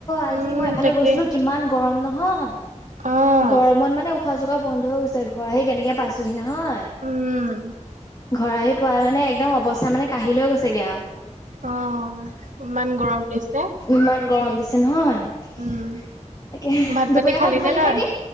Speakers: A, on the left; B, on the right.
A: আজি
B: উম,
A: মই এফালে
B: তাকে
A: গৈছিলো কিমান গৰম নহয়
B: অ',
A: গৰমত মানে উশা উশাহ-চোখা বন্ধ হৈ গৈছে ঘৰ আহি কেনেকে পাইছোহি নহয়।
B: উম,
A: ঘৰ আহি পোৱ মানে একদম অৱস্থা মানে কাঢি লৈ গৈছেগে আও। উ
B: অ'। ইমান গৰম দিছে।
A: ইমান গৰম দিছে নহয়।
B: উম,
A: তাকে
B: ভাত
A: দুপৰীয়া
B: পানী
A: ভাত খালি
B: নে তই?
A: নেকি